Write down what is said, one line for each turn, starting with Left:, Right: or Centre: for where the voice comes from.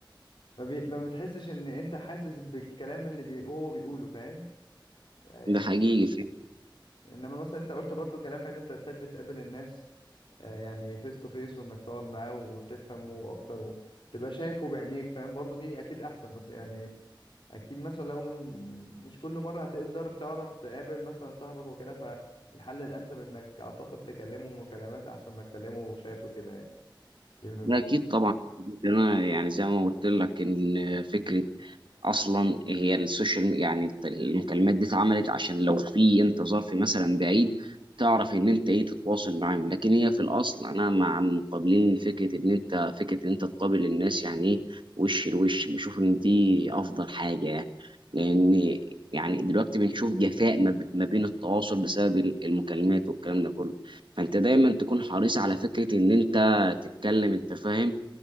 Left: ما, بي ما بتحسش ان انت حاسس بالكلام اللي بي هو بيقوله فاهم يعني
Right: ده حقيقي فعلا.
Left: انما مثلا انت قلت برضو كلام حلو انت تحب تقابل الناس آه، يعني فيس تو فيس وانك تقعد معاه وتفهمه اكتر وتبقى شايفه بعينيك فاهم برضو دي اكيد احسن بس يعني اكيد مثلا لو م- مش كل مرة هتقدر تعرف تقابل مثلا صاحبك وكده فالحل الانسب انك اعتقد تكلمه مكالمات احسن ما تكلمه شات وكده يعني دي من وجهة
Right: ده
Left: نظري
Right: اكيد طبعا انا يعني زي ما قلت لك ان فكره اصلا هي السوشيال يعني المكالمات دي اتعملت عشان لو في انت ظرف مثلا بعيد تعرف ان انت ايه تتواصل معاهم لكن هي في الاصل انا مع مقابلين فكره ان انت فكره ان انت تقابل الناس يعني ايه وش لوش بشوف ان دي افضل حاجه يعني لان يعني دلوقتي بنشوف جفاء ما ب- ما بين التواصل بسبب ال- المكالمات والكلام ده كله فانت دايما تكون حريص على فكره ان انت تتكلم انت فاهم